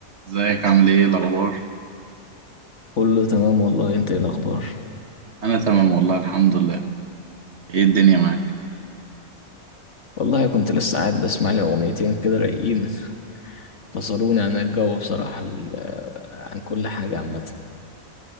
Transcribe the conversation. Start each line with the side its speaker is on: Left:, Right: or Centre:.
Right: ازيك عامل ايه إيه الاخبار
Left: كله تمام والله انت ايه الاخبار
Right: انا تمام والله الحمد لله ايه الدنيا معاك
Left: والله كنت لسه قاعد بسمع لي اغنيتين كده رايقين فصلوني عن الجو بصراحة ال- آه، عن كل حاجة عامة